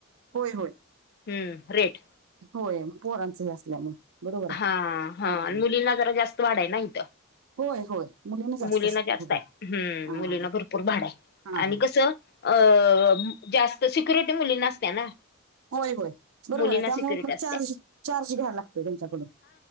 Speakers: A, on the right (about 70°); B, on the left (about 45°).
A: होय होय
B: हम्म रेट
A: होय पोरांचं हे असल्यामुळे बरोबर
B: हा
A: आहे
B: हा
A: हम्म
B: आणि मुलींना जरा जास्त वाढा आहे नाही इथं
A: होय होय मुलीने
B: मुलींना
A: असतात
B: जास्त
A: होय
B: आहे हम्म
A: हा
B: मुलींना भरपूर भाड आहे
A: हा
B: आणि
A: हा
B: कसं अ जास्त सिक्युरिटी मुली नसत्या ना
A: होय होय बरोबर
B: मुलींना
A: आहे त्यामु
B: सिक्युरिटी
A: मग
B: असत्या.
A: चार्ज चार्ज घ्या लागतोय त्यांच्याकडून